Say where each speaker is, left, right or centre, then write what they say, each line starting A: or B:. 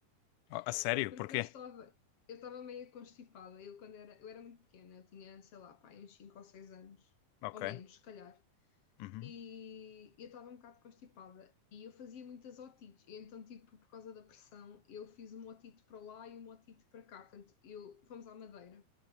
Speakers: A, on the left (about 75°); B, on the left (about 45°).
A: Oh, A sério?
B: <laughs> porque
A: Porquê?
B: eu estava. Eu estava meio constipada. Eu, quando era, eu era muito pequena, eu tinha, sei lá, pá, uns 5 ou 6 anos.
A: Ok.
B: Ou menos, se calhar.
A: Uhum.
B: e eu estava um bocado constipada e eu fazia muitas otites, e então, tipo, por causa da pressão, eu fiz uma otite para lá e uma otite para cá, portanto, eu, fomos à Madeira.